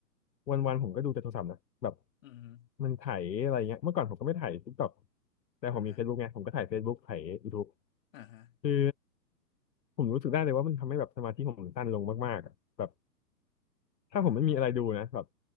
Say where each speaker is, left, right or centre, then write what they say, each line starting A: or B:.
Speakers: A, on the left; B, on the left.
A: วันๆผมก็ดูแต่โทรศัพท์นะแบบ
B: อือฮึ
A: มันไถอะไรเงี้ยเมื่อก่อนผมก็ไม่ไถทิกตอกแต่ผมมี
B: อ่าฮะ
A: Facebook ไงผมก็ไถ่าย Facebook ไถ่าย YouTube
B: อ่าฮะ
A: คือผมรู้สึกได้เลยว่ามันทำให้แบบสมาธิผมสั้นลงมากๆอะแบบ ถ้าผมไม่มีอะไรดูนะแบบ
B: อ่าอ่า